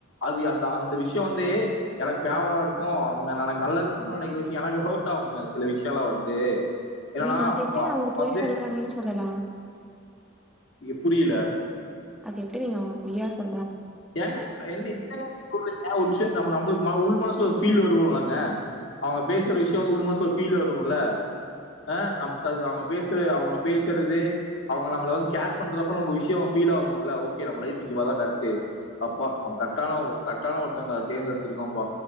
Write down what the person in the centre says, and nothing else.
ஏங்க அது எப்டிங்க
அவுங்க பொய்
சொல்றாங்கன்னு சொல்லலா
அது எப்டி நீங்க அவுங்க பொய்யா சொ